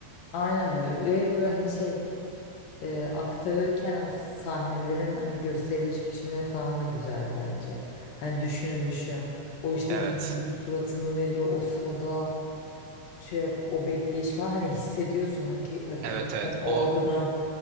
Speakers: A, on the left; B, on the right.
A: Aynen ve ve böyle hani şey e, aktarırken o sahnelerin hani gösteriliş biçimleri falan da güzeldi bence. Hani düşünülüşü. O işte
B: Evet.
A: gezgin suratını veriyor o sırada şey yap- o bekleyiş falan hani hissediyorsun haki- hakikaten
B: Evet evet.
A: o
B: O
A: odada